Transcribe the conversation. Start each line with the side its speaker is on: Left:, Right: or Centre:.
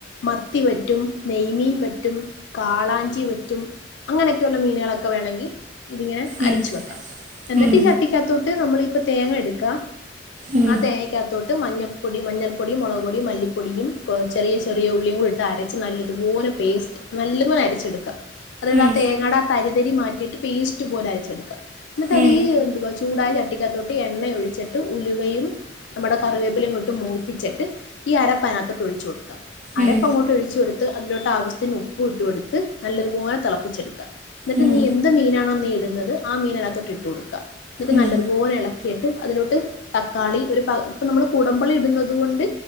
Left: മത്തി വറ്റും നെയ്മീൻ പറ്റും കാളാഞ്ചി വറ്റും അങ്ങനെയൊക്കെയുള്ള മീനുകളൊക്കെ വേണങ്കിൽ ഇതിങ്ങനെ
Right: ഉം
Left: അരച്ച് വെക്കാം എന്നിട്ട്
Right: ഉം
Left: ഈ ചട്ടിക്കകത്തോട്ട് നമ്മൾ ഇപ്പ തേങ്ങ എടുക്കുക
Right: ഉം
Left: ആ തേങ്ങക്കകത്തോട്ട് മഞ്ഞൾപ്പൊടി മഞ്ഞൾ പൊടി മുളക് പൊടി മല്ലിപ്പൊടിയും ചെറിയ ചെറിയ ഉള്ളിയും നല്ലതു പോലെ പേസ്റ്റ് അരച്ചെടുക്കാം അതല
Right: ഉം
Left: ആ തേങ്ങാട ആ തരിതരി മാറ്റിയിട്ട് പേസ്റ്റ് പോലെ അരച്ചെടുക്കുക എന്നിട്ട്
Right: ഉം
Left: അതീ എന്തുവാ ചൂടായ ചട്ടി ചട്ടിക്കകത്തോട്ട്എണ്ണ ഒഴിച്ചിട്ട് ഉലുവയും നമ്മുടെ കറിവേപ്പിലയും അങ്ങോട്ട് മൂപ്പി പ്പിച്ചിട്ട് ഈ അരപ്പ് അതിനകത്തോട്ട് ഒഴിച്ചു കൊടുക്കുക അരപ്പ്
Right: ഉം
Left: അങ്ങോട്ട് ഒഴിച്ചു കൊടുത്ത് ത്ത് അതിലോട്ട് ആവ്യശ്യത്തിന് ഉപ്പ് ഇട്ട് കൊടുത്ത് നല്ലതുപോലെ തിളപ്പിച്ചെടുക്കുക എന്നിട്ട്
Right: ഉം
Left: നീ എന്ത് മീനാണോ നീ ഇടുന്നത് ആ മീനകത്തൊട്ട് ഇട്ട് കൊടുക്ക എന്നിട്ട്
Right: ഉം
Left: നല്ലത്പോലെ ഇളക്കിട്ട് അതിലോട്ട് തക്കാളി ഒരു പകുതി ഇപ്പ നമ്മൾ കുടമ്പുളി ഇടുന്നത് കൊണ്ട് അതുകൊണ്ട്